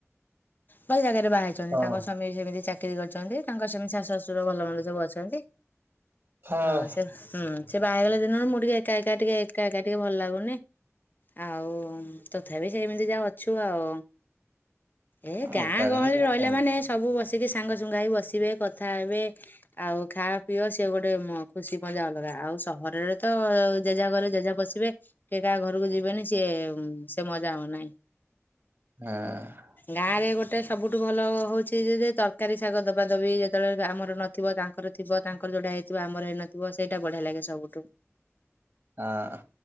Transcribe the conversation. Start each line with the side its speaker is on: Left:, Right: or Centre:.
Left: ଭଲ ଜାଗାରେ ବାହାହେଇଛନ୍ତି
Right: ହଁ
Left: ତାଙ୍କ ସ୍ୱାମୀ ଜେମିତି ଚା ଚାକିରୀ କରିଛନ୍ତି ତାଙ୍କର ସେମିତି ଶାଶୁ ଶଶୁର ଭଲ ମନ୍ଦ ସବୁ ଅଛନ୍ତି
Right: ହଁ।
Left: ଆଉ ସେ ହୁଁ ସେ ବାହାହେଇଗଲା ଦିନରୁ ମୁଁ ଟିକେ ଏକା ଏକା ଟିକେ ଏକା ଏକା ଟିକେ ଭଲ ଲାଗୁନି। ଆଉ ତଥାପି ସେମିତି ଯା ଅଛୁ ଆଉ। ଏ ଗାଁ
Right: ଏକା
Left: ଗହଳି
Right: କାଇଁ ତମେ
Left: ରହିଲା
Right: ସମ
Left: ମାନେ ସବୁ ବସିକି ସାଙ୍ଗସୁଙ୍ଗା ହେଇ ବସି ବସିବେ କଥା ହେବେ। ଆଉ ଖାଆ ପିଅ ସିଏ ଗୋଟେ ଖୁସି ମଜା ଅଲଗା ଆଉ ସହରରେ ତ ଜେଝା ଘରେ ଜେଝା ବସିବେ କେହି କାହା ଘରକୁ ଯିବେନି ସିଏ ସେ ମଜା ହଉନାହିଁ।
Right: ହାଁ।
Left: ଗାଁରେ ଗୋଟେ ସବୁଠୁ ଭଲ ହଉଚି ଜେ ତରକାରୀ ଶାଗ ଦବା ଦବା ଦବି ଯେତେବେଳେ ଆମର ନଥିବ ତାଙ୍କର ଥିବ ତାଙ୍କର ଯୋଉଟା ହେଇଥିବ ଆମର ହେଇନଥିବ ସେଇଟା ବଢିଆ ଲାଗେ ସବୁଠୁ। <inaudible>
Right: ଆଁ।